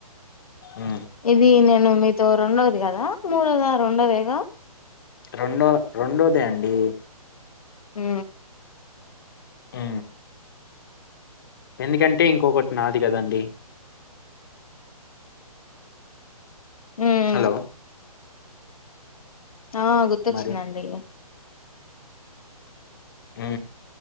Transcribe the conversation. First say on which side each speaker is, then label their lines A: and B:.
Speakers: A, on the left; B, on the left.
A: ఉ
B: ఇది నేను మీతో రెండోది కదా మూడోదా రెండోదేగా
A: రెండు రెండోదే అండి
B: హు
A: ఆ ఎందుకంటే ఇంకొకటి నాది కదండి
B: మ్మ్
A: హలో
B: ఆ గుర్తొచ్చిందండి
A: మరి ఉ